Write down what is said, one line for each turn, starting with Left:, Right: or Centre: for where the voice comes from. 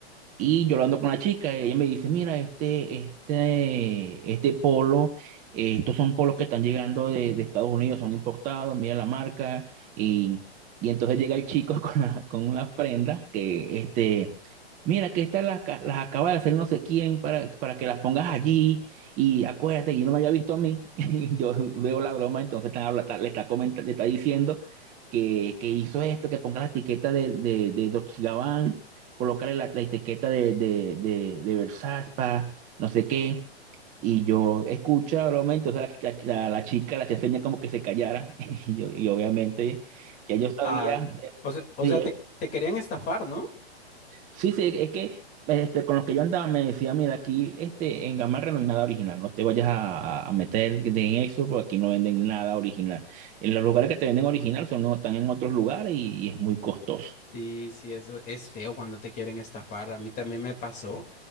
Right: Y yo hablando con la chica, ella me dice, mira, este, este, este polo, eh, estos son polos que están llegando de, de Estados Unidos, son importados, mira la marca. Y, y entonces llega el chico <laughs> con la, con una prenda que, este, mira, que estas las, ca- las acaba de hacer no sé quién para, para que las pongas allí. Y acuérdate, y no me había visto a mí. <laughs> Y yo veo la broma, entonces están habla- está- le está comentando, le está diciendo que, que hizo esto, que ponga la etiqueta de, de, de Dolce y Gabbana, colocarle la, la etiqueta de, de, de, de Versaspa, no sé qué. Y yo escucho la broma, entonces la, la, la- la chica la hacía seña como que se callara. <laughs> Y, yo, y obviamente ya yo sabía.
Left: Ah,
Right: eh,
Left: o sea, o
Right: Sí,
Left: sea,
Right: eh,
Left: te, te querían estafar, ¿no?
Right: sí, sí, es que este, con los que yo andaba me decía, mira, aquí este, en Gamarra no hay nada original, no te vayas a, a a meter en eso, porque aquí no venden nada original. En los lugares que te venden original son, están en otros lugares y, y es muy costoso.
Left: Sí, sí, eso es feo cuando te quieren estafar. A mí también me pasó,